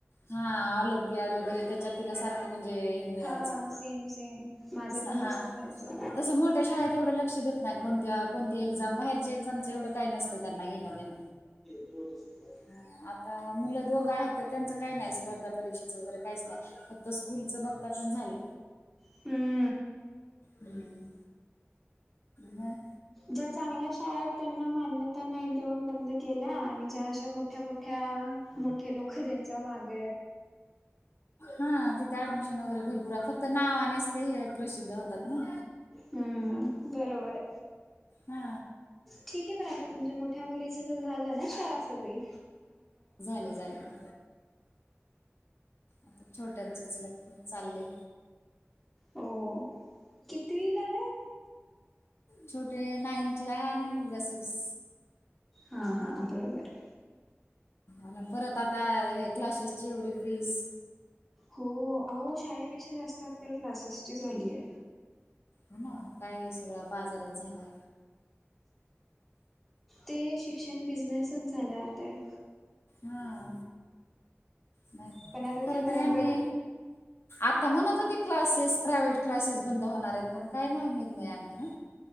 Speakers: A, on the left; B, in the centre.
A: हा ऑलिमपिक वगैरे त्याच्यात. तिला सारखं म्हणजे हे मिळायचं
B: हा सेम सेम माझं पण
A: हा,
B: तसंच व्हायचं
A: तस मोठ्या शाळेत एवढं ल''--'' लक्ष देत नाही कोणत्या कोणती एक्झाम बाहेरच्या एक्झामच एवढं काही नसतं त्यांना घेण देणं.
B: एवढं शिकलेले.
A: ह, आता मुलं दोघं आहेत तर त्यांचं काही नाही स्पर्धा परीक्षेचं वगैरे काहीच नाही. फक्त स्कूलचं बघतात आण झालं.
B: हम्,
A: हम्म मग,
B: ज्या चांगल्या शाळेत त्यांना मान्यता. त्यांना देऊन बंद केल्या आणि ज्या अशा मोठ्या मोठ्या. लोक ज्यांच्या माग.
A: हा, तिथे ऍडमिशन वगैरे भरपूर आहे फक्त नाव. ते हे प्रसिद्ध होतात ना
B: हम्म बरोबर आहे
A: हा,
B: ठीक आहे पण आता तुमच्या मोठ्या मुलीच ज झालं ना शाळा सगळी.
A: लई झाल्या. आता छोट्यांचंच लग्न चाललंय.
B: हो, कितवी ला ये?
A: छोटे नाइंथ ला आणि मुलगा सिक्स
B: हां हां, बरोबर
A: अन परत आता, हे क्लासेसची एवढी फीज
B: हो, अहो शाळेपेक्षा जास्त, आजकाल क्लासेसची झालीय.
A: हो ना, काय सगळा बाजाराच झालाय.
B: ते शिक्षण बिझनेसच झाल, आता एक.
A: हां, नही,
B: पण आता
A: खर
B: त्यांना
A: तर यांनी
B: गर
A: आता म्हणत होते, क्लासेस, प्रायव्हेट क्लासेस बंद होणार येत. पण काय नाही, निर्णय आणखीना?